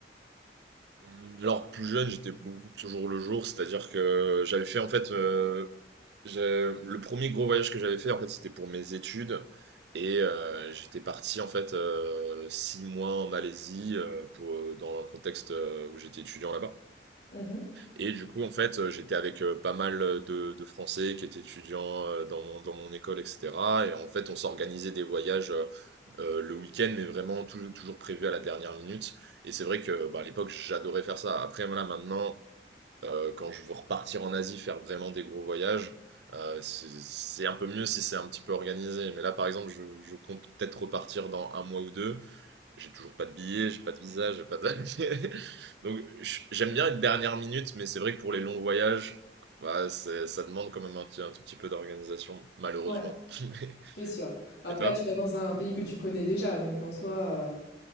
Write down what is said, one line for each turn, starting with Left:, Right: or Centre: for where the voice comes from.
Right: Hum, Alors plus jeune, j'étais beaucoup plus au jour le jour, c'est-à-dire que j'avais fait en fait euh, j'ai- le premier gros voyage que j'avais fait en fait c'était pour mes études et euh, j'étais parti en fait euh, six mois en Malaisie euh, pour dans un contexte euh, où j'étais étudiant là-bas.
Left: Mmh
Right: Et du coup, en fait, euh, j'étais avec euh, pas mal euh, de, de Français qui étaient étudiants euh, dans mon, dans mon école, etc. Et en fait, on s'organisait des voyages euh, euh, le week-end, mais vraiment tou- toujours prévu à la dernière minute. Et c'est vrai que bah, à l'époque, j'adorais faire ça. Après, voilà, maintenant, euh, quand je veux repartir en Asie, faire vraiment des gros voyages, euh, c'est c'est un peu mieux si c'est un petit peu organisé. Mais là, par exemple, je, je compte peut-être repartir dans un mois ou deux j'ai toujours pas de billet, j'ai pas de visa, j'ai pas de... <laughs> Donc j- j'aime bien une dernière minute, mais c'est vrai que pour les longs voyages, bah, c'est- ça demande quand même un, petit- un tout petit peu d'organisation, malheureusement.
Left: Ouais.
Right: <laughs> Mais-
Left: C'est sûr. Après
Right: Et toi?
Left: là tu vas dans un pays que tu connais déjà donc en soi, heu,